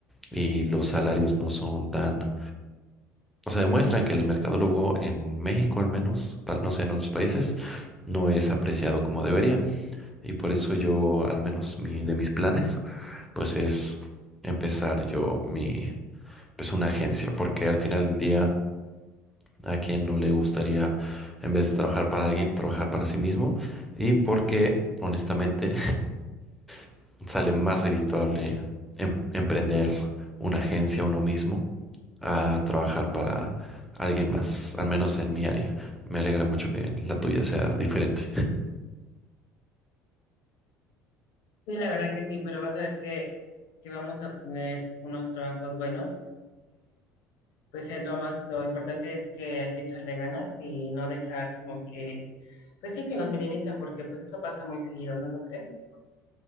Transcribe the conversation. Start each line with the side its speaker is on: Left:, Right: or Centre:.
Centre: Y los salarios no son tan, o sea, demuestran que el mercadólogo en México al menos, tal no sé, en otros países, no es apreciado como debería. Y por eso yo, al menos mi, de mis planes, pues es empezar yo mi, pues una agencia, porque al final del día a quien no le gustaría, en vez de trabajar para alguien, trabajar para sí mismo y porque honestamente <laughs> sale más redituable em- emprender una agencia uno mismo a trabajar para alguien más, al menos en mi área. Me alegra mucho que la tuya sea diferente.
Left: Sí, la verdad que sí, pero vas a ver que, que vamos a obtener unos trabajos buenos. pues es lo más, lo importante es que hay que echarle ganas y no dejar como que, pues sí que nos minimizan, porque pues eso pasa muy seguido, ¿no lo crees?